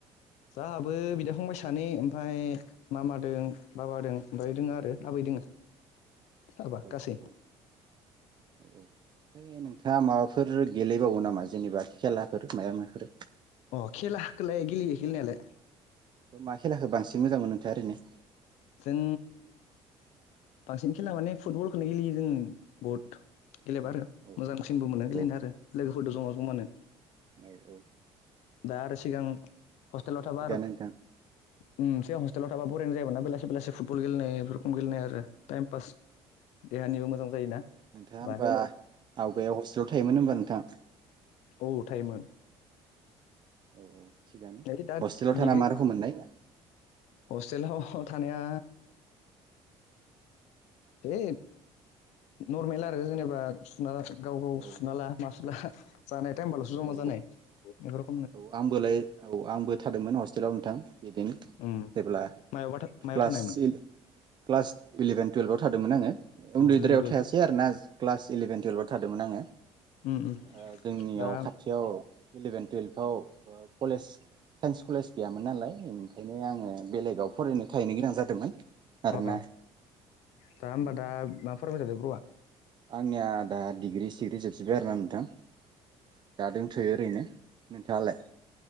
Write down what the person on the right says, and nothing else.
औ
औ औ औ <unintelligible> नोंथाङा माबाफोर गेलेबावो नामा जेनेबा खेलाफोर माया माफोर
त' मा खेलाखौ बांसिन मोजां मोनो नोंथा ओरैनो?
औ
औ
औ
औ औ
थिगानो
नोंथां
नोंथाङा होनबा
आवगायाव हस्टेलाव थायोमोन होनबा नो? थां।
औ-औ थिगानो
हस्टेलाव थाना
मा रोखोम मोननाय?
औ
औ
औ आंबोलाय औ आंबो थादोंमोन हस । जेराव नोंथां। बिदिनो
जेब्ला
क्लास
सिल, क्लास इलिभेन। टुवेल्भआव थादोंमोन आङो। उन्दैद्रायाव
थायासै आरो ना । क्लास इलिभेन टुवेल्भाव थादोंमोन आङो।
ओ जोंनियाव
खाथियाव इलिभेन। औ ओ कलेज साइन्स कलेज गैयामोन नालाय। बेखायनो आङो बेलेगाव फरायनो। थाहैनो गोनां जादोंमोन। आरोना
उम
आंनिया दा डिग्रि-सिग्रि जोबजोब्बाय आरोना नोंथां। दा दोंथोयो ओरैनो। नोंथाङालाय